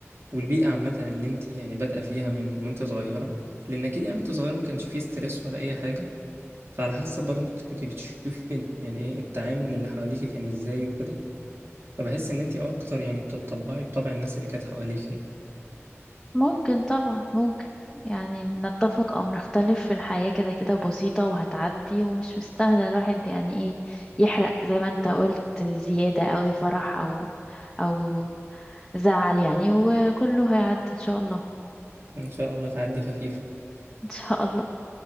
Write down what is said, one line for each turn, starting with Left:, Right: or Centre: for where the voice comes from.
Right: والبيئة عامة اللي انت يعني بادئة فيها من وانت صغيرة لأن أكيد يعني وانت صغيرة ما كانش فيه ستريس ولا أي حاجة فعلى حسب برضو انت كنت بتشوفي يعني ايه التعامل اللي حواليكي كان ازاي وكده فبحس ان انت أكتر يعني بتطبعي بطبع الناس اللي كانت حواليكي
Centre: ممكن طبعا ممكن يعني نتفق او نختلف في الحياة كده كده بسيطة وهتعدي ومش مستاهلة الواحد يعني ايه يحرق زي ما انت قلت زيادة اوي فرح او او زعل يعني وكله هيعدي ان شاء الله
Right: إن شاء الله تعدي خفيف
Centre: ان شاء الله